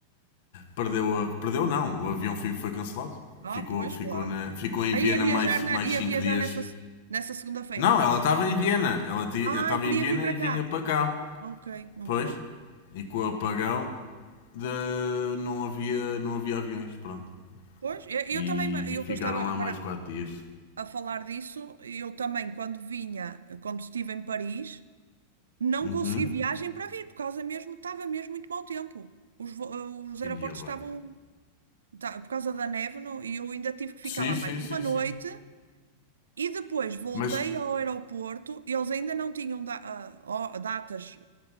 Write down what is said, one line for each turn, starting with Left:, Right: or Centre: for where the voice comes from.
Left: Perdeu, a... perdeu não, o avião fi- foi cancelado.
Right: Ah,
Left: Ficou,
Right: pois,
Left: ficou,
Right: claro.
Left: na... ficou em
Right: Aí
Left: Viena
Right: ia viajar,
Left: mais,
Right: na,
Left: mais
Right: ia
Left: cinco
Right: viajar
Left: dias.
Right: nessa, nessa segunda-feira.
Left: Não, ela estava em Viena. Ela ti-
Right: Ai,
Left: ela estava
Right: queria
Left: em Viena
Right: vir para
Left: e vinha
Right: cá.
Left: para cá.
Right: Ok, não
Left: Pois.
Right: pôde.
Left: E com o apagão de... não, havia, não havia aviões, pronto.
Right: Pois, eu, eu
Left: E,
Right: também, eu
Left: e ficaram
Right: que eu estava agora
Left: lá mais quatro dias.
Right: a falar disso, eu também, quando vinha, quando estive em Paris, não
Left: Uhum.
Right: consegui viagem para vir, por causa mesmo, estava mesmo muito mau tempo. Os, vo- os aeroportos
Left: Ia bem.
Right: estavam, tá, por causa da neve, não- e eu ainda tive que ficar
Left: Sim,
Right: lá
Left: sim,
Right: mais uma
Left: sim,
Right: noite,
Left: sim.
Right: e depois voltei
Left: Mas,
Right: ao aeroporto, eles ainda não tinham da- ah, ó- datas